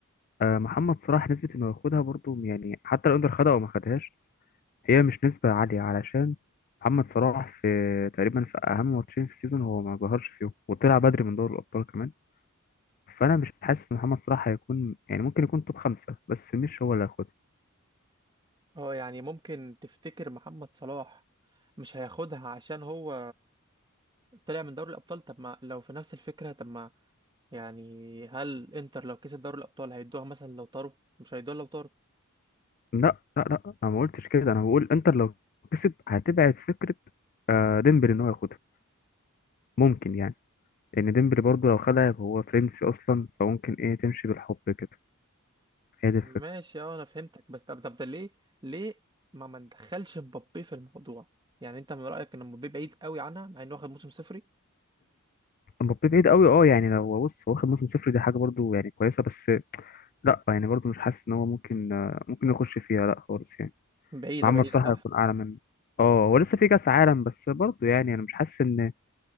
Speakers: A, on the left; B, on the right.
A: آه، محمد صلاح نسبة إنه ياخدها برضو يعني حتى لو إنتر خدها أو ما خدهاش هي مش نسبة عالية علشان محمد صلاح في تقريبا في أهم ماتشين في السيزون هو ما ظهرش فيهم وطلع بدري من دوري الأبطال كمان فأنا مش حاسس إن محمد صلاح هيكون يعني ممكن يكون توب خمسة بس مش هو اللي هياخدها
B: اه يعني ممكن تفتكر محمد صلاح مش هياخدها عشان هو طلع من دوري الأبطال طب ما لو في نفس الفكرة طب ما يعني هل انتر لو كسب دوري الأبطال هيدوها مثلا لو طاروا مش هيدوها لو طاروا
A: لا لا لا أنا ما قلتش كده أنا بقول إنتر لو كسب هتبعد فكرة آه، ديمبلي إن هو ياخدها ممكن يعني لأن ديمبلي برضه لو خدها يبقى هو فرنسي أصلا فممكن إيه تمشي بالحب كده هي دي الفكرة
B: ماشي اه انا فهمتك بس طب طب ده ليه ليه ما ما ندخلش مبابي في الموضوع يعني انت من رايك ان مبابي بعيد قوي عنها مع انه واخد موسم صفري
A: مبابي بعيد قوي اه يعني لو بص هو واخد موسم صفر دي حاجة برضه يعني كويسة بس لا يعني برضو مش حاسس ان هو ممكن آه، ممكن يخش فيها لا خالص يعني
B: بعيده
A: محمد
B: بعيده
A: صلاح
B: صح
A: هيكون اعلى منه اه هو لسه في كاس عالم بس برضو يعني انا مش حاسس ان